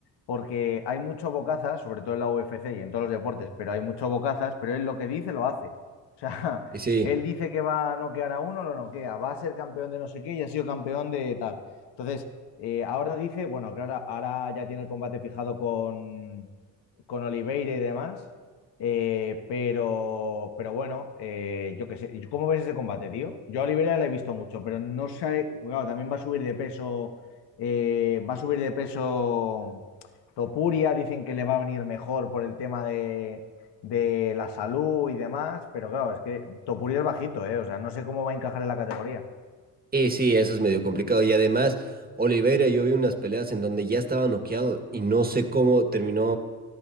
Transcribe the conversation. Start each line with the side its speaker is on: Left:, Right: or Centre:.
Left: porque hay mucho bocazas, sobre todo en la UFC y en todos los deportes, pero hay mucho bocazas, pero él lo que dice lo hace. O sea, <laughs>
Right: Y sí,
Left: él dice que va a noquear a uno, lo noquea, va a ser campeón de no sé qué y ha sido campeón de tal. Entonces, eh, ahora dice, bueno, claro, ahora ya tiene el combate fijado con, con Oliveira y demás. eh, pero, pero bueno, eh, yo qué sé. ¿Cómo ves ese combate, tío? Yo a Oliveira le he visto mucho, pero no sé. Claro, también va a subir de peso. eh, va a subir de peso Topuria. Dicen que le va a venir mejor por el tema de, de la salud y demás. Pero claro, es que Topuria es bajito, ¿eh? O sea, no sé cómo va a encajar en la categoría.
Right: Y sí, eso es medio complicado. Y además, Oliveira, yo vi unas peleas en donde ya estaba noqueado y no sé cómo terminó